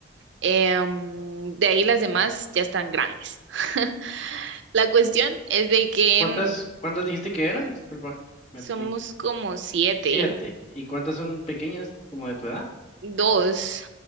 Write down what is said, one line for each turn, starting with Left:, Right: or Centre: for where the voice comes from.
Right: em, de ahí las demás ya están grandes. <laughs> La cuestión es de que
Left: ¿Cuántas, cuántas dijiste que eran? Disculpa, me
Right: somos
Left: equivoqué.
Right: como siete,
Left: Siete. ¿Y cuántas son pequeñas, como de tu edad?
Right: dos,